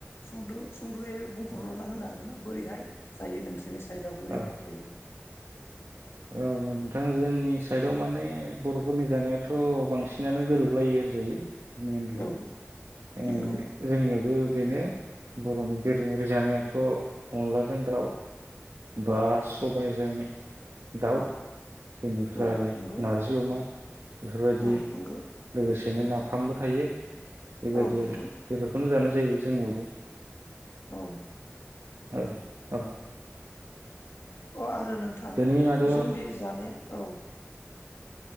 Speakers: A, on the left; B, on the right.
A: सुंदुं सुंदुयै बुंफोरलुना
B: औ
A: होनो हागोन ना? बोरैहाय जायो नोंसोरनि साइदआव बोरैहाय
B: औ
A: थायो
B: औ नोंथां जोंनि साइडआव माने बर'फोरनि जानायाथ' बांसिनानो गोरोबलायो होनजायो। मेनलि
A: औ
B: ओ
A: नंगौ
B: जोंनिआव बो बेनो बर'नि दोरोङारि जानायाथ' अनलाजों दाउ बा सबायजों दाउ बेनिफ्राय
A: औ नंगौ
B: नारजि अमा। बेफोरबायदि
A: औ नंगौ
B: लोगोसेनो ना फामबो थायो। बेबायदि
A: औ नंगौ
B: आरो बेफोरखौनो जानो जायो जोंनावबो।
A: औ।
B: औ औ।
A: अ आरो नोंथां
B: बेनि मादाव
A: जोंदि जानाय औ।